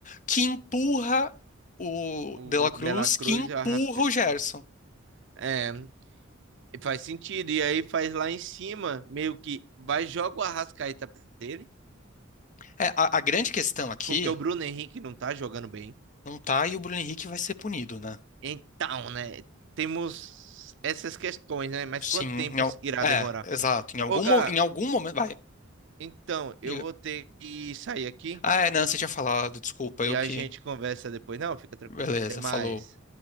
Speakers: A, on the left; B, on the right.
A: que empurra o
B: O
A: De La
B: De
A: Cruz,
B: La
A: que
B: Cruz
A: empurra
B: e o Arrascaeta.
A: o Gerson.
B: É, e faz sentido. E aí faz lá em cima, meio que vai joga o Arrascaeta pra dele,
A: É, a, a grande questão aqui
B: porque o Bruno Henrique não tá jogando bem.
A: não tá e o Bruno Henrique vai ser punido, né?
B: Então, né? Temos essas questões, né? Mas
A: Sim,
B: quanto tempo
A: em al-
B: irá
A: é,
B: demorar?
A: exato. Em algum,
B: Ô, Gá,
A: mo- em algum momento. Vai,
B: então, eu
A: diga.
B: vou ter que sair aqui
A: Ah, é, não, você tinha falado, desculpa, eu
B: e a
A: que.
B: gente conversa depois. Não, fica tranquilo.
A: Beleza,
B: Até mais.
A: falou.